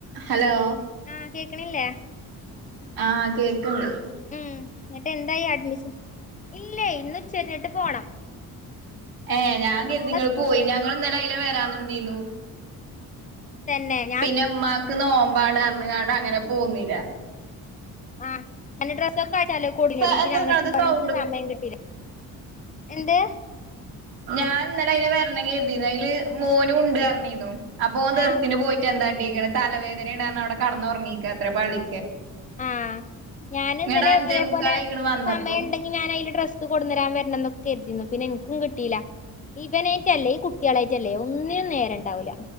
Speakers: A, on the right; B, on the left.
A: Hello
B: ആഹ് കേക്കണില്ലേ
A: ആഹ് കേക്കണ്ട്
B: ഉം എന്നിട്ട് എന്തായി അഡ്മിഷൻ ഇല്ലേ ഇന്ന് ഴിഞ്ഞിട്ട് പോണം
A: ഏ ഞാൻ കരുതിങ്ങള്
B: നിങ്ങളെ
A: നിങ്ങള്പോയിന്ന്
B: സ്കൂളില്ലേ
A: ഞങ്ങൾ ഇന്ന ലെഅതില വരാന്ന് നിന്നീന്നു
B: തന്നെ ഞാൻ
A: പിന്നെ ഉമ്മാക്ക്ന്ന് നോമ്പാണ് അം അങ്ങനെ പോന്നില്ല
B: ആഹ് പിന്നെ ഡ്രസ്സ ഒക്കെ അയച്ചാലോ കുടിോടി
A: സ എന്താ
B: പിന്നെ അങ്ങട്ട്
A: ഇങ്ങളത്
B: പ
A: സൗണ്ട്
B: സമയം കിട്ടീല്ല എന്റെ
A: ഞാൻ ഇന്നലെ അയിെ വരണം കരുതിരുന്നു അതില് മോനും ഉണ്ട് വരണിു അപ്പൊ തീർത്തിന്
B: ആഹ്
A: പോയിട്ട് എന്തായി തലവേദന ഉണ്ടന്ന് അവി കടന്നുറങ്ങിക്ക അത്ര പള്ളി
B: ആഹ് ഞാൻ ഇന്നലെ
A: ഇങ്ങട്ട് അഞ്ചേ
B: ഇതേപോലെ
A: മുക്കാലായിക്ക്ണ് വന്നപ്പോ
B: സമയ ഉണ്ടെങ്കി ഞാൻ അതില് ഡ്രസ്സ് കൊടുു തരാൻ വരണം എന്നൊക്കെ കരുതിുന്നു പിന്നെ എനിക്കും കിട്ടിയില്ല ഇഈവനായിട്ട അല്ലേ ഈ കുട്ടികളായിട്ടല്ലേ ഒന്നിനും നേര ഉണ്ടാവൂില്ല